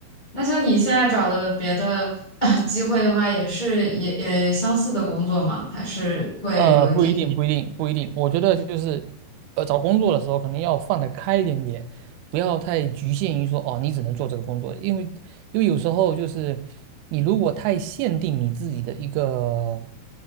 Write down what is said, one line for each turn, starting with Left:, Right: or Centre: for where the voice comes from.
Left: 那像你现在找的别的 <coughs> <clears throat> 机会的话，也是也也相似的工作吗？还是会有一点
Right: 呃，不一定，不一定，不一定。我觉得就是，呃，找工作的时候可能要放得开一点点，不要太局限于说哦，你只能做这个工作，因为因为有时候就是你如果太限定你自己的一个，